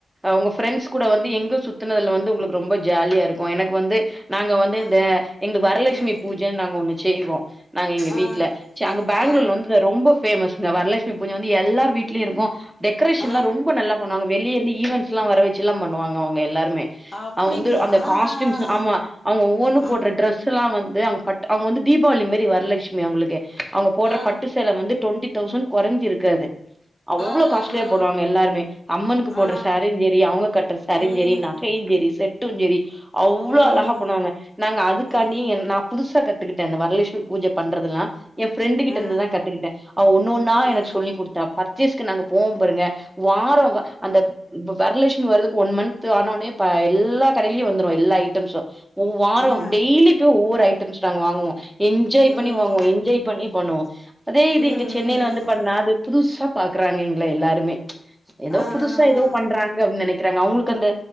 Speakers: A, in the centre; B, on the left.
A: உங்க ஃப்ரெண்ட்ஸ் கூட வந்து எங்க சுத்துனதுல வந்து உங்களுக்கு ரொம்ப ஜாலியா இருக்கு எனக்கு வந்து நாங்க வந்து
B: ஆ
A: இந்த எங்க வரலட்சுமி
B: ம்
A: பூஜேனு நாங்க ஒன்னு செய்வோ நாங்க எங்க
B: ஆ
A: வீட்டுல அங்க பெங்களூர்ல
B: ஆ
A: வந்து ரொம்ப பேமஸ்சுங்க வரலட்சுமி பூஜே வந்து எல்லார் வீட்லயு இருக்கு டெக்கரேஷன்லா
B: ஆ
A: ரொம்ப நல்ல பண்ணுவாங்க வெளியிருந்து ஈவெண்ட்ஸ்ல்லா வர வெச்சு செல்லா பண்ணுவாங்க அவங்க எல்லாருமே
B: அப்டிங்களா
A: அவுங்க வந்து அந்த
B: ஆ
A: காஸ்டூம்ஸ்
B: ஆ
A: ஆமா
B: ஆ
A: அவுங்க ஒவ்வொன்னு
B: ஆ
A: போடுற டிரெஸ் ஆக்சுவலா வந்து அவுங்க பட்டு அவுங்க வந்து தீபாவளி மாறி வரலட்சுமி அவுங்களுக்கு அவுங்க போடுற
B: ஆ
A: பட்டு சே சேல வந்து டுவண்டி தௌசண்ட் குறஞ்சு இருக்காது அவ்ளோ
B: ஆ
A: காஸ்ட்லியா
B: ஆ ஆ
A: போட்றாங்க எல்லாருமே அம்மனுக்கு போட்ற
B: ஆ
A: சாரியும் ஜரி அவுங்க கட்ற சாரியும்
B: ம்
A: ஜரி நகையும் ஜரி செட் டும் ஜரி அவ்ளோ
B: ம்
A: அழகா பண்ணுவாங்க நாங்க அதுக்காண்டி
B: ம்
A: நா புதுசா கத்துக்கிட்டே இந்த வரலஷ்மி பூஜ பண்றதுனா என் ஃபிரண்டு கிட்ட
B: ஆ
A: இருந்துதா கத்துக்கிட்டேன் அவ ஒன்னொ ன்னா எனக்கு
B: ஆ ம்
A: சொல்லி குடுத்தா பர்ச்சேஸ்கு நாங்க போவோம் பாருங்க வார வா அந்த இப்ப வரலஷ்மி வரதுக்கு ஒன் மன்த் ஆனோனே இப்ப எல்லா கடைலயு வந்துரு எல்லா ஐட்டம்ஸு வாரம்
B: ஆ
A: டெய்லி போய் ஒவ்வொரு ஐட்டம்ஸ் நாங்க வாங்குவோ என்ஜாய்
B: ம் ம்
A: பண்ணி வாங்குவோ என்ஜாய் பண்ணி பண்ணுவோ அதே இது
B: ம்
A: இங்க சென்னையில வந்து
B: ம்
A: பண்ணா அத புதுசா பாக்கறாங்க எங்கள எல்லாருமே ஏதோ
B: ஆ
A: புதுசா
B: ஆ
A: ஏதோ
B: ஆ
A: பண்றாங்க அப்டின்னு நனைக்கறாங்க அவுங்களுக்கு அந்த